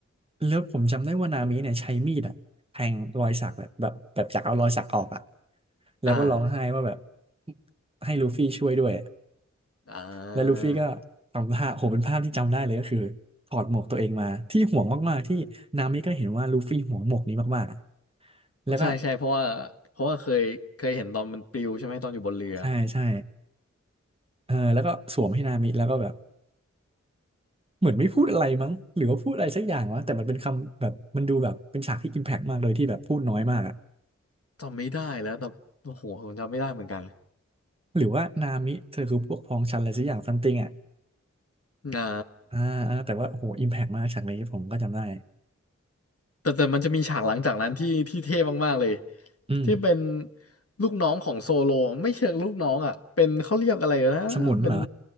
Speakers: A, on the right; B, on the left.
A: แล้วผมจำได้ว่านามิเนี่ยใช้มีดอ่ะแทงรอยสักแบบแบบแบบจากเอารอยสักออกอ่ะแล้วก็ร้องไห้ว่าแบบ
B: อ่า
A: ให้ลูฟี่ช่วยด้วยอะ
B: อ่า
A: แล้วลูฟี่ก็ทำท่าโหเป็นภาพที่จำได้เลยก็คือถอดหมวกตัวเองมาที่ห่วงมากๆที่นามิก็เห็นว่าลูฟี่ห่วงหมวกนี้มากๆอะแล้วก็
B: ใช่ใช่เพราะว่าเพราะว่าเคยเคยเห็นตอนมันปลิวใช่ไหมตอนอยู่บนเรือ
A: ใช่ใช่เออแล้วก็สวมให้นามิแล้วก็แบบเหมือนไม่พูดอะไรมั้งหรือว่าพูดอะไรสักอย่างวะแต่มันเป็นคำแบบมันดูแบบเป็นฉากที่อิมแพกมากเลยที่แบบพูดน้อยมากอะ
B: จำไม่ได้แล้วแต่โอ้โห ผมจำไม่ได้เหมือนกัน
A: หรือว่านามิเธอคือพวกพ้องฉันอะไรสักอย่างซัมติงอะ
B: อ่า
A: อ่าอ่าแต่ว่าโอ้โหอิมแพกมากฉากนี้ผมก็จำได้
B: แต่แต่มันจะมีฉากหลังจากนั้นที่ที่เท่มากๆเลย
A: อืม
B: ที่เป็นลูกน้องของโซโลไม่เชิงลูกน้องอ่ะเป็นเขาเรียกอะไรนะเป็น
A: สมุนเหรอ